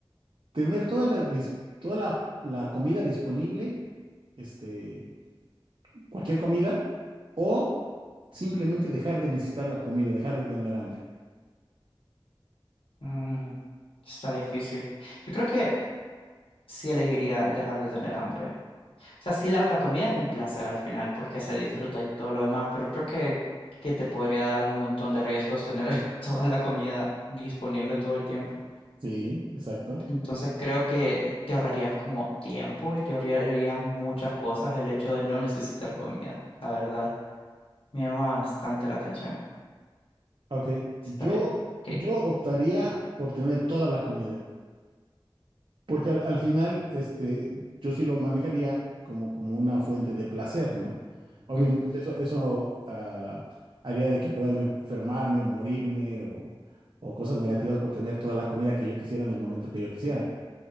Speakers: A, on the right; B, on the left.
A: ¿Tener toda la, dis- toda la, la comida disponible, este, cualquier comida, o simplemente dejar de necesitar la comida, dejar de tener hambre?
B: Mm, está difícil. Yo creo que sí elegiría dejar de tener hambre. O sea, sí, la, la comida es un placer al final, pues que se disfruta y todo lo demás, pero creo que, que te podría dar un montón de riesgos tener <laughs> toda la comida disponible todo el tiempo.
A: Sí, exacto.
B: Entonces creo que te ahorrarías como tiempo y te ahorrarías muchas cosas el hecho de no necesitar comida, la verdad. Me llama bastante la atención.
A: Ok, yo,
B: Está bien. Ok.
A: yo optaría por tener toda la comida. Porque al, al final, este, yo sí lo manejaría como, como una fuente de placer, ¿no? Obviamente
B: Ujú.
A: eso, eso ah, haría de que pueda me- enfermarme o morirme o, o cosas negativas por tener toda la comida que yo quisiera en el momento que yo quisiera.